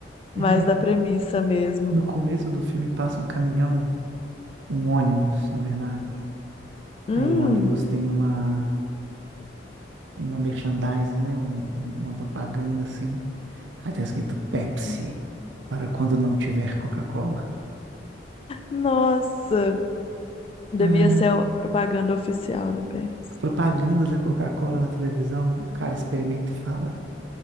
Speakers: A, on the right; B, on the left.
A: é,
B: mais da premissa mesmo.
A: no começo do filme passa um caminhão, um ônibus, na verdade.
B: Hum,
A: Aí o ônibus tem uma, uma merchandise, né? um- um- uma propaganda assim. Aí tá escrito Pepsi,
B: Hum.
A: para quando não tiver Coca-Cola.
B: nossa, devia
A: Ah,
B: ser a propaganda oficial da Pepsi.
A: a propaganda da Coca-Cola na televisão, o cara experimenta e fala: